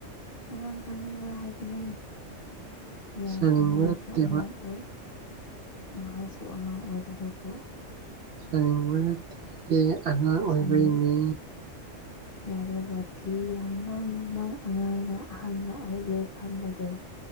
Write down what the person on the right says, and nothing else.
ꯁꯥꯅꯤꯡꯕ
ꯅꯠꯇꯦꯕ
ꯁꯥꯅꯤꯡꯕ ꯅꯠꯇꯤꯌꯦ ꯑꯉꯥꯡ ꯑꯣꯏꯕꯩꯅꯦ